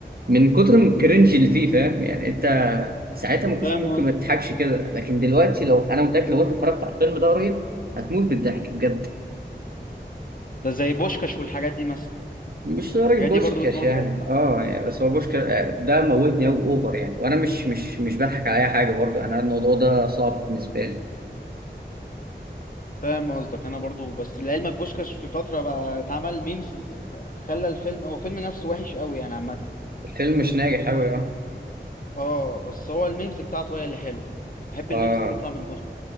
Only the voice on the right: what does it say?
من كتر من الكرنج
اللي فيه فاهم يعني انت ساعتها ما كنتش
ممكن ما تضحكش كده لكن دلوقتي لو انا متاكد لو انت اتفرجت على الفيلم ده قريب هتموت بالضحك بجد
مش لدرجة
بوشكاش
يعني
اه يعني بس هو بوشكاش ده موتني أوي اوفر يعني وانا مش مش مش بضحك على اي حاجة برضه انا الموضوع ده صعب بالنسبة لي
الفيلم مش ناجح أوي يعني
اه